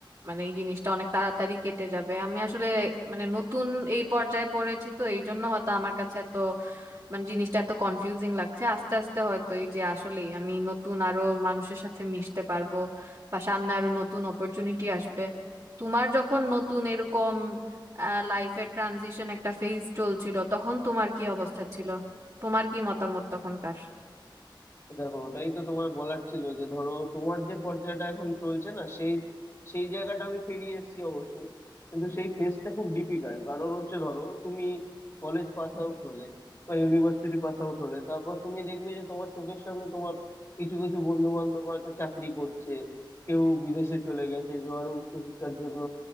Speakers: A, on the right (about 50°); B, on the left (about 35°).
A: মানে এই জিনিসটা অনেক তাড়াতাড়ি কেটে যাবে আমি আসলে মানে নতুন এই পর্যায়ে পড়েছি তো এই জন্য হয়তো আমার কাছে এত মানে জিনিসটা এত কনফিউজিং লাগছে আস্তে আস্তে হয়তো এই যে আসলেই আমি নতুন আরো মানুষের সাথে মিশতে পারবো বা সামনে আরো নতুন অপরচুনিটি আসবে তোমার যখন নতুন এরকম লাইফের ট্রানজিশন একটা ফেজ চলছিল তখন তোমার কি অবস্থা ছিল তোমার কি মতামত তখনকার
B: দেখো ওটাই তো তোমার বলার ছিল যে ধরো তোমার যে পর্যায়টা এখন চলছে না সেই সেই জায়গাটা আমি পেরিয়ে এসেছি অবশ্যই কিন্তু সেই ফেজটা খুব ডিফিকাল্ট কারণ হচ্ছে ধরো তুমি কলেজ পাস আউট হলে বা ইউনিভার্সিটি পাস আউট হলে তারপর তুমি দেখবে যে তোমার চোখের সামনে তোমার কিছু কিছু বন্ধু বান্ধব হয়তো চাকরি করছে কেউ বিদেশে চলে গেছে কেউ আরো উচ্চশিক্ষার জন্য